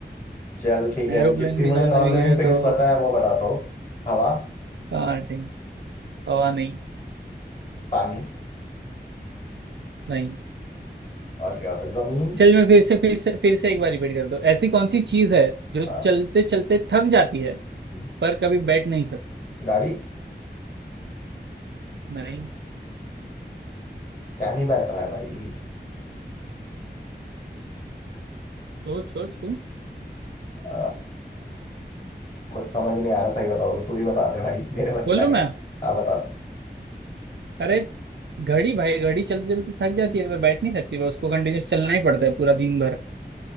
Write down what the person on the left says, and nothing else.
चल ठीक है
जितनी
मुझे
नॉन
लिविंग
थिंग्स
पता है वो बताता हूँ हवा
पानी
और क्या होता है जमीन
अ,
हम्म,
गाड़ी
क्या नहीं बैठ रहा है भाई
अ, कुछ समझ नहीं आ रहा सही बताओ तो तू ही बता दे भाई मेरे बस
का नहीं
है हाँ बता दे